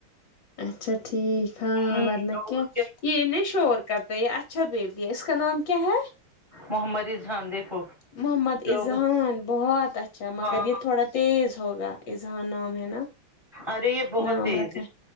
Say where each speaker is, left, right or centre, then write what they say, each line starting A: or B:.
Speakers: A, on the left; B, on the right.
A: اچھا ٹھیک ہاں
B: ہوں
A: ور نہ
B: اور
A: کیا یے نئی شور کرتے یہ اچھا بیبی ہے اس کا نام کیا ہے
B: محمد اذحان دیکھو
A: محمد
B: جو
A: اذحان بہت اچھا مگر
B: ہاں
A: یہ تھوڑا تیز ہوگا اذحان نام ہے نا
B: ارے یہ بہت
A: نام
B: تیز
A: رکھا
B: ہے